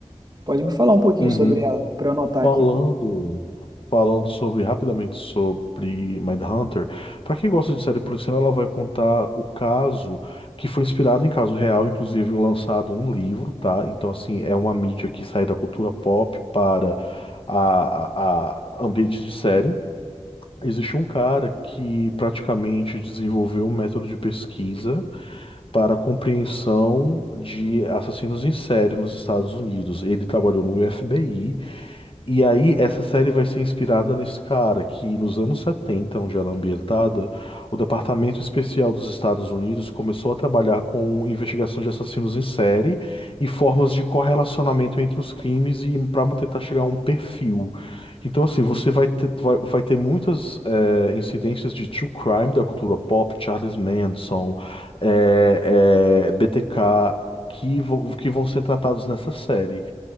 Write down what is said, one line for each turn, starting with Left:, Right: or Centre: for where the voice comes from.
Right: pode me falar um pouquinho
Left: Uhum.
Right: sobre ela, para eu anotar
Left: Falando,
Right: aqui.
Left: falando sobre rapidamente sobre Mindhunter, para quem gosta de série policial, ela vai contar o caso que foi inspirado em caso real, inclusive lançado um livro, tá? Então assim, é uma mídia que sai da cultura pop para a, a, a ambiente de série. Existe um cara que praticamente desenvolveu um método de pesquisa para a compreensão de assassinos em série nos Estados Unidos. Ele trabalhou no FBI e aí, essa série vai ser inspirada nesse cara que, nos anos 70, onde ela é ambientada, o Departamento Especial dos Estados Unidos começou a trabalhar com investigação de assassinos em série e formas de correlacionamento entre os crimes e para tentar chegar a um perfil. Então, assim, você vai ter, vai, vai ter muitas eh, incidências de true crime da cultura pop, Charles Manson, eh, eh, BTK, que, vão- que vão ser tratados nessa série.